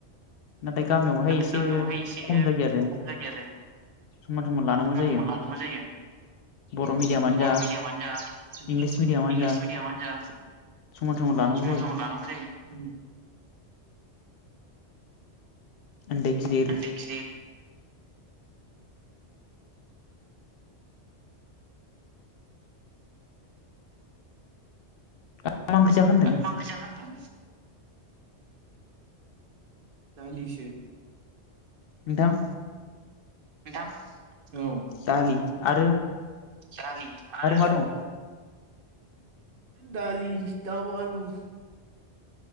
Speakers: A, on the left (about 60°); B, on the right (about 55°).
A: नाथाय गामियावहाय
B: नाथाय
A: एसे
B: गामियावहाय एसे खम
A: जायो आरो
B: जायो
A: समान समान लानांगौ जायो
B: आरो मथ मला जायो
A: बर' मिडियामानो
B: बर'
A: जा
B: मिडियामानो जा
A: इंलिस मिडियामानो
B: इंलिस
A: जा
B: मिडियामानो जा
A: समान समान लानांगौ
B: समान
A: जायो
B: समान लानांगौ जायो।
A: उन्दै गिदिर
B: उन्दै गिदिर
A: दा मा ओंख्रि जाख होन्दों?
B: मा ओंख्रि जाखो होनदों? दालिसो
A: नथां
B: नोंथां औ
A: दालि आरो
B: दालि आरो
A: मा दं
B: दालि दाव आलु